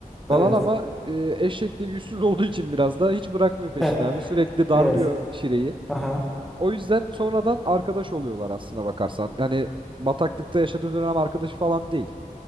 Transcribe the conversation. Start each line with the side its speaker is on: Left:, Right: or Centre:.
Right: falan
Centre: Evet.
Right: ama e, eşek de yüzsüz olduğu için biraz da hiç bırakmıyor peşini
Centre: <laughs>
Right: abi. Sürekli darlıyor
Centre: Evet.
Right: Şire'yi.
Centre: Aha.
Right: O yüzden sonradan arkadaş oluyorlar aslına bakarsan. Yani bataklıkta yaşadığı dönem arkadaşı falan değil.